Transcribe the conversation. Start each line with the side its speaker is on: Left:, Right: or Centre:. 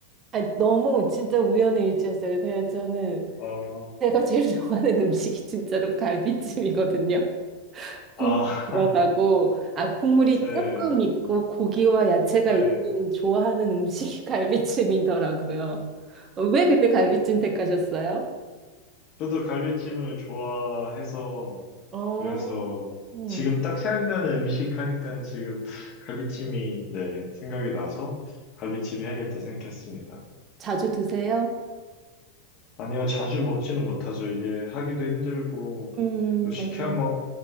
Right: 아 너무 진짜 우연의 일치였어요. 그냥 저는
Left: 아,
Right: 제가 제일 좋아하는 음식이 진짜로 갈비찜이거든요. 국물
Left: 아,
Right: 들어가고
Left: <laughs>
Right: 아 국물이
Left: 네,
Right: 조금 있고 고기와 야채가
Left: 네.
Right: 있는 좋아하는 음식이 <laughs> 갈비찜이더라고요. 어, 왜 근데 갈비찜 택하셨어요?
Left: 저도 갈비찜을 좋아해서
Right: 어,
Left: 그래서
Right: 음,
Left: 지금 딱 생각나는 음식 하니까 지금 갈비찜이 네, 생각이 나서 갈비찜 해야겠다 생각했습니다.
Right: 자주 드세요?
Left: 아니요, 자주 먹지는 못하죠. 이게 하기도 힘들고
Right: 음,
Left: 또 시켜
Right: 맞아요.